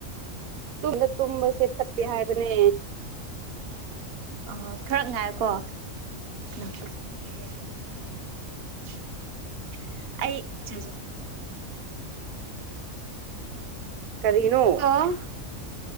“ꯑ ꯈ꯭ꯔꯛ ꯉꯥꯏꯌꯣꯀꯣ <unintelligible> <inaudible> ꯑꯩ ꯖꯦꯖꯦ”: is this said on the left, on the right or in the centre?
Right